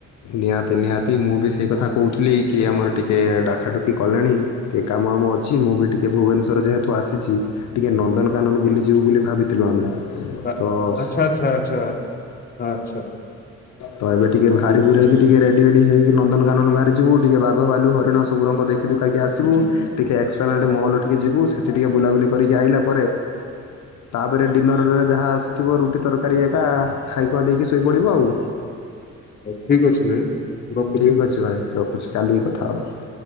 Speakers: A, on the left (about 70°); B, on the left (about 30°).
A: ନିହାତି ନିହାତି ମୁଁ ବି ସେଇ କଥା କହୁଥିଲି କି ଆମର ଟିକିଏ ଡାକା ଡୁକି କଲେଣି। ଟିକେ କାମ ଆମ ଅଛି ମୁଁ ବି ଟିକେ ଭୁବନେଶ୍ୱର ଯେହେତୁ ଆସିଛି ଟିକେ ନନ୍ଦନକାନନ
B: ଠିକ
A: ବୁଲିଯିବୁ
B: ଅଛି
A: ବୋଲି ଭାବିଥିଲୁ ଆମେ
B: ବା
A: ତ ସ-
B: ଆଚ୍ଛା ଆଚ୍ଛା ଆଚ୍ଛା। ଆଚ୍ଛା
A: ତ ଏବେ ଟିକେ ଭା
B: ଠିକ
A: ଆରେ ଭୂରାଇକି
B: ଅଛି।
A: ଟିକେ ରେଡି ଫେଡ଼ି ହେଇକି ନନ୍ଦନକାନନ ବାହାରିଛୁ ଟିକେ ବାଘ, ଭାଲୁ, ହରିଣ ସ ସବୁରଙ୍କ ଦେଖିଦୁଖାକି ଆସିବୁ
B: ଠିକ
A: ଟିକେ ଏସ୍ପ୍ଲାନାଡେ ମଲ ଟିକିଏ
B: ଅଛି
A: ଯିବୁ ସେଠ୍ ଠି ଟିକିଏ ବୁଲାବୁଲି କରିକି ଆଇଲା ପରେ ତାପରେ ଡିନରରେ ଯାହା ଆସିଥିବ ରୁଟି ତରକାରୀ ଏକା ଖାଇଖୁଆ ଦେଇକି ଶୋଇପଡ଼ିବ
B: ହଉ
A: ଆଉ।
B: ହଉ ଠିକ୍ ଅଛି ଭାଇ। ମୁଁ ରଖୁଛି।
A: ଠିକ୍ ଅଛି ଭାଇ ରଖୁଛି କାଲିକି କଥା ହେବା।